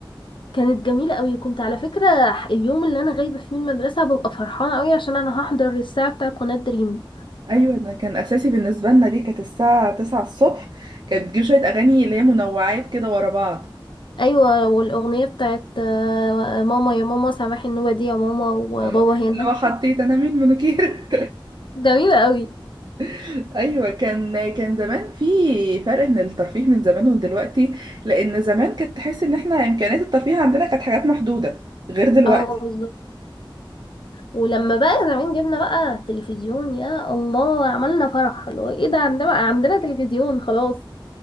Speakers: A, on the left; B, on the right.
A: كانت جميلة أوي كنت على فكرة اليوم اللي أنا غايبة فيه من المدرسة ببقى فرحانة أوي عشان أنا هحضر الساعة بتاعة قناة دريم
B: ايوه ده كان اساسي بالنسبه لنا دي كانت الساعه 9 الصبح كانت بتجيب شويه اغاني اللي هي منوعات كده ورا بعض
A: ايوه والاغنيه بتاعت آه، ماما يا ماما سامحي النوبه دي يا ماما وبابا
B: اه
A: هنا
B: اللي هو حطيت انا مين منوكير
A: جميله قوي
B: <laughs> ايوه كان كان زمان في فرق من الترفيه من زمان ودلوقتي لان زمان كانت تحس ان احنا امكانيات الترفيه عندنا كانت حاجات محدوده غير دلوقتي
A: اه بالظبط ولما بقى زمان جبنا بقى تلفزيون يا الله عملنا فرح اللي هو ايه ده عندنا بقى عندنا تلفزيون خلاص